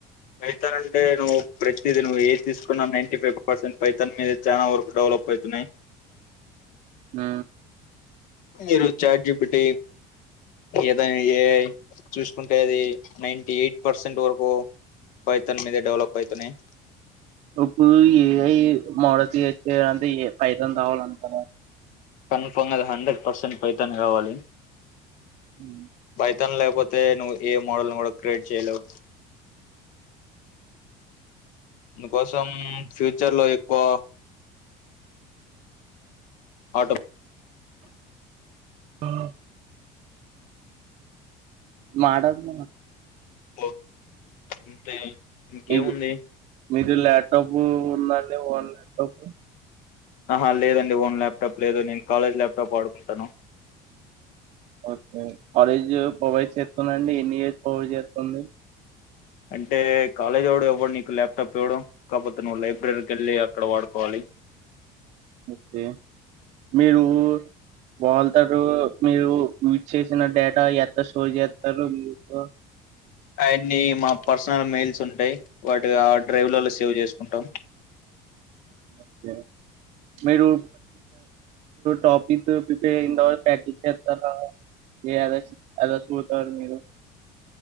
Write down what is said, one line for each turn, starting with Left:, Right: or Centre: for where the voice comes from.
Left: పైతన్ అంటే నువ్వు ప్రతిది నువ్వు ఏది తీసుకున్నా నైన్టి ఫైవ్ పర్సెంట్ పైతాన్ మీద చాలా వరకు డెవలప్ అవు వెళ్తున్నాయి
Right: హ
Left: మీరు చాట్జప్ట్ ఏదైనా ఏఐ చూసుకుంటే అది నైన్టీ ఎయిట్ పర్సెంట్ వరకు పైతన్ మీద డెవలప్ అయితున్నాయి
Right: ఇప్పుడు ఏఐ మోడల్ చెస్యాలంటే ఏ ఫైతన్ రావాలంటారా
Left: కన్ఫామ్ అది హండ్రెడ్ పర్సెంట్ పైతాన్ కావాలి
Right: ఉహ్
Left: పైతాను లేకపోతే నువ్వు ఏ మోడల్ మోడల్ క్రియట్ చేయలేవు మనకోసం ఫ్యూచర్ లో ఎక్కువ ఆటో
Right: హ మాడన్
Left: ఓ అంతే ఇంకేముంది
Right: మీది మీది ల్యాప్టాప్ ఉందండి ఓన్ ల్యాప్టాప్
Left: ఆహా లేదండి ఓన్ ల్యాప్టాప్ లేదు నేను కాలేజ్ ల్యాప్టాప్ వాడుకుంటాను
Right: ఓకే కాలేజ్ ప్రొవైడ్ చేస్తుందండి ఎన్ని ఇయర్స్ ప్రొవైడ్ చేస్తుంది
Left: అంటే కాలేజొడు ఎవ్వడు నీకు ల్యాప్టాప్ ఇవ్వడు కాకపోతే నువ్వు లైబ్రరీకి వెళ్ళి అక్కడ వాడుకోవాలి
Right: ఓకే మీరు వాళ్ళతారు మీరు యూజ్ చేసిన డేటా ఎట్ట స్టోర్ చేస్తారు మీకు
Left: అయన్నీ మా పర్సనల్ మెయిల్స్ ఉంటాయ్ వాటి ఆ డ్రైవ్లలో సేవ్ చేసుకుంటాం
Right: ఓకే మీరు టాపిక్ ప్రిపేర్ అయినాతర్వాత ప్రాక్టీస్ చేస్తారా ఏది అద సూతరు మీరు